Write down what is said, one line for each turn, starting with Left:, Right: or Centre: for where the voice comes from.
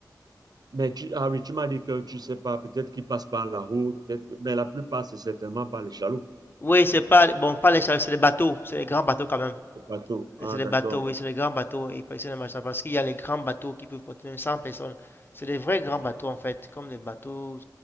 Right: Mais tu, ah oui, tu m'as dit que tu ne sais pas, peut-être qu'il passe par la route, peut-être que- mais la plupart, c'est certainement par les chaloupes,
Left: Oui, c'est pas, bon, pas les chars, c'est les bateaux. C'est les grands bateaux quand même.
Right: les bateaux. Ah,
Left: C'est les
Right: d'accord.
Left: bateaux, oui, c'est les grands bateaux. oui, Ils prennent les machins parce qu'il y a les grands bateaux qui peuvent porter même 100 personnes. C'est des vrais grands bateaux en fait, comme les bateaux.